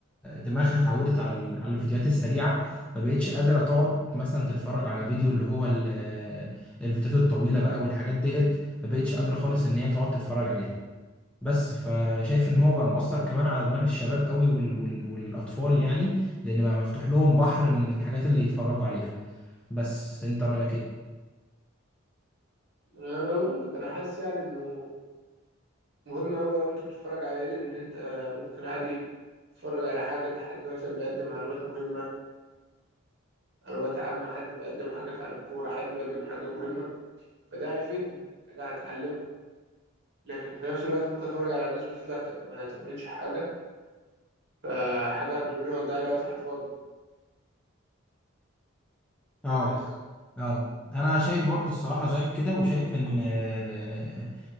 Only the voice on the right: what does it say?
انا أنا بقول لك انا حاسس يعني انه مهم قوي قوي انت بتتفرج على ايه لان انت ممكن عادي تتفرج على حاجه لحد مثلا بيقدم معلومات مهمه انا بتعامل مع حد بيقدم حاجات عن الكوره حد بيقدم حاجه مهمه فده هيفيدني حاجه هتعلمها لكن في نفس الوقت ممكن اتفرج على ناس بتطلع ت- ما تعملش حاجه فحاجه هتضرني وهتضيع لي وقت على الفاضي
بس